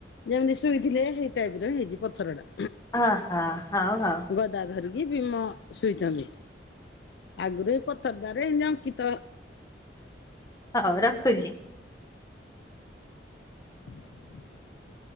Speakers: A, on the left; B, on the left.
A: ଯେମିତି ଶୁଇଥିଲେ ହେଇ ଟାଇପର ହେଇଛି ପଥରଟା।
B: ହ ହ ହଉ ହଉ।
A: ଗଦା ଧରିକି ଭୀମ ଶୁଇଚନ୍ତି। ଆଗରୁ ଏ ପଥର ଦ୍ବାରେ ଏମିତି ଅଙ୍କିତ।
B: ହଉ ରଖୁଚି।
A: <inaudible>